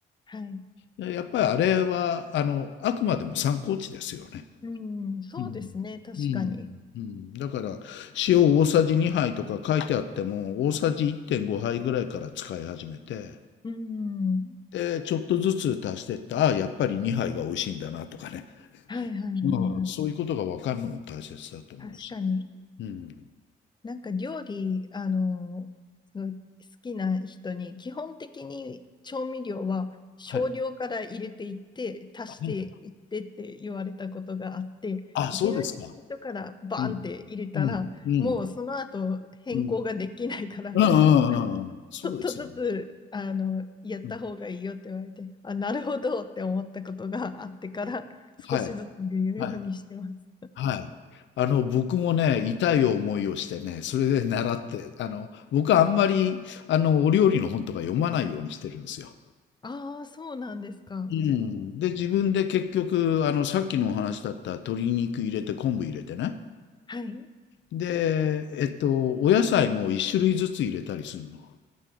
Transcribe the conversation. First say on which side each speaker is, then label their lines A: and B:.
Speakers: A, on the left; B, on the left.
A: はい。
B: でやっぱりあれは、あの、あくまでも参考値ですよね。
A: うん、そうですね。
B: うん。
A: 確かに。
B: うん。うん。だから、塩大さじ2杯とか書いてあっても、大さじ1.5杯ぐらいから使い始めて、
A: うん。
B: で、ちょっとずつ足してって、ああ、やっぱり2杯が美味しいんだなとかね。
A: はいはいはいはい。
B: うん。そういうことが分かるのも大切だと思うし。
A: 確かに。
B: うん。
A: なんか料理、あの、すごい好きな人に、基本的に調味料は少量から入れていって、
B: はい。
A: 足していってって言われたことがあって、
B: はい。あ、
A: いきなり最初からバーンって入れたら、
B: そうですか。うん。うん。うん。
A: もうその後変更ができないから、
B: うん。うんうんうんうん。
A: <laughs>
B: そうですよね。
A: ちょっとずつ、あの、やった方がいいよって言われて、
B: うん
A: あ、なるほどって思ったことがあってから、
B: はい。
A: 少しずつ言うようにしてます。
B: はい。はい。あの、僕もね、痛い思いをしてね、それで習って、あの、僕はあんまり、あの、お料理の本とか読まないようにしてるんですよ。
A: ああー、そうなんですか。
B: うん。で、自分で結局、あの、さっきのお話だった鶏肉入れて昆布入れてね。
A: はい。
B: で、えっと、お野菜も一種類ずつ入れたりするの。